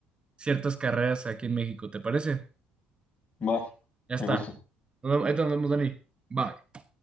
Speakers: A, on the right (about 25°); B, on the left (about 30°).
A: ciertas carreras aquí en México, ¿te parece?
B: Va,
A: Ya está.
B: me gusta.
A: Nos vemos- Ahí te nos vemos, Dani. Bye.